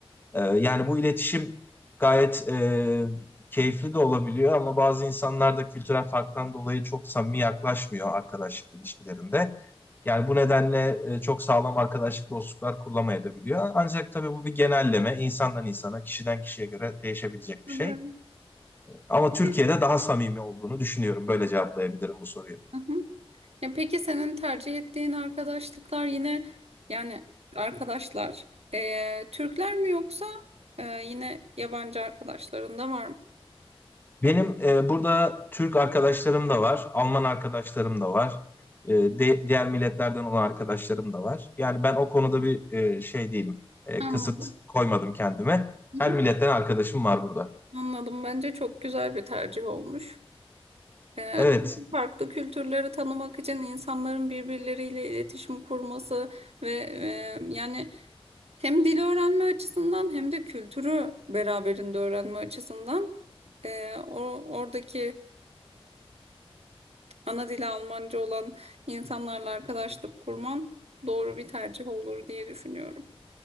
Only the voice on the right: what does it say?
tabii.
Peki.
Hı hı. Ya peki senin tercih ettiğin arkadaşlıklar yine yani arkadaşlar eee, Türkler mi yoksa eee, yine yabancı arkadaşların da var mı?
Anladım.
Hı hı.
Anladım. Bence çok güzel bir tercih olmuş. Eee,
çünkü farklı kültürleri tanımak için insanların birbirleriyle iletişim kurması ve eee, yani hem dil öğrenme açısından hem de kültürü beraberinde öğrenme açısından eee, o oradaki ana dili Almanca olan insanlarla arkadaşlık kurman doğru bir tercih olur diye düşünüyorum.